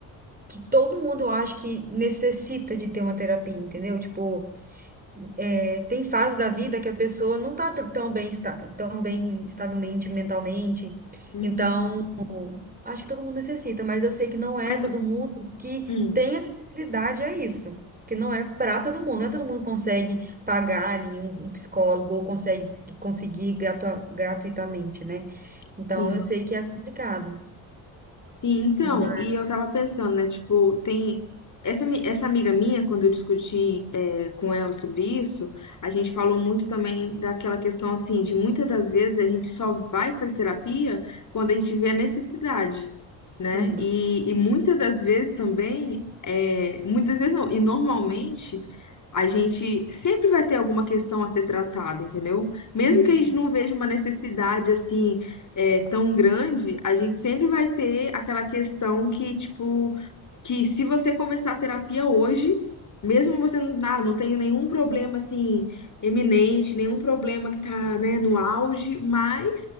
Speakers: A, on the right; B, on the left.
A: que todo mundo eu acho que necessita de ter uma terapia, entendeu? Tipo, eh, tem fases da vida que a pessoa não tá t- tão bem, esta- tão bem, estável mente, mentalmente,
B: Uhum.
A: Então, Acho que todo mundo necessita, mas eu sei que não é
B: Mas,
A: todo mundo que
B: hum,
A: tem acessibilidade a isso. Que não é para todo mundo, não é todo mundo que consegue pagar ali um, um psicólogo ou consegue conseguir gratua- gratuitamente, né?
B: sim.
A: Então eu sei que é complicado,
B: Sim, então,
A: mas
B: e eu tava pensando, né, tipo, tem essa, mi- essa amiga minha, quando eu discuti é, com ela sobre isso, a gente falou muito também daquela questão, assim, de muitas das vezes a gente só vai fazer terapia quando a gente vê a necessidade, né,
A: sim,
B: e, e muitas das vezes também, é, muitas vezes não, e normalmente a gente sempre vai ter alguma questão a ser tratada, entendeu? Mesmo
A: uhum,
B: que a gente não veja uma necessidade, assim, é, tão grande, a gente sempre vai ter aquela questão que, tipo, que se você começar a terapia hoje, mesmo você não, ah, não tenha nenhum problema, assim, eminente, nenhum problema que tá, né, no auge, mas